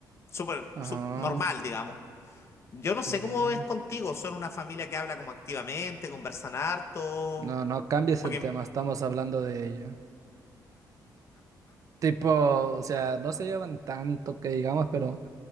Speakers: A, on the left; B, on the right.
A: súper
B: Ajá.
A: sup- normal, digamos. Yo no
B: Ujú.
A: sé cómo es contigo, son una familia que habla como activamente, conversan harto,
B: No, no cambies
A: porque
B: el tema, estamos hablando de ella. Tipo, o sea, no se llevan tanto que digamos, pero